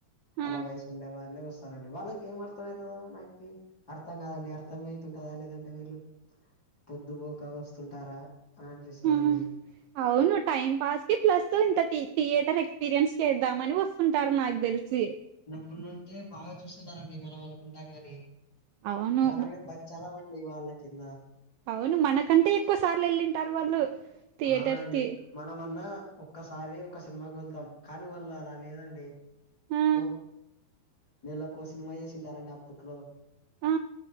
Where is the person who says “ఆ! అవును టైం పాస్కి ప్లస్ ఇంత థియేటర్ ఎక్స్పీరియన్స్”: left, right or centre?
Right